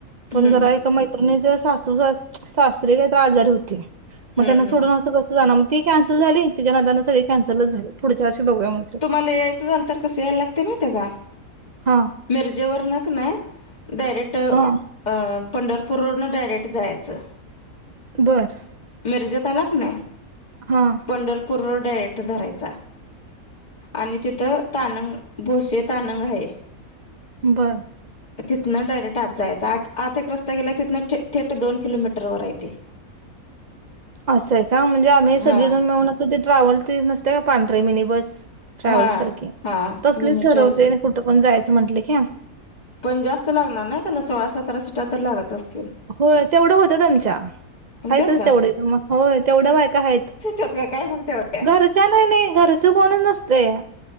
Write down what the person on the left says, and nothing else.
हम्म
हम्म
हम्म
मला यायच झाल तर तर कस यायला लागतय माहितय का
मिरजेवरन कणी डायरेक्ट अं,
पंढरपूर रोडनं डायरेक्ट जायचं.
मिरजेत आला कनी
पंढरपूर रोड डायरेक्ट धरायचा. आणि तिथं ताणंग, भोसे ताणंग आहे.
तिथन डायरेक्ट आत जायचं. आत आत एक रस्ता गेलाय, तिथन थेट दोन किलोमीटर आत हाय ते.
हा
हा
हा
मिनी
ट्रायल्स असतो
पण जास्त लागणार नाही त्याला सोळा, सतरा सीटा तर लागत असतील.
होत्यात
का
ते काय म्हणत्यात.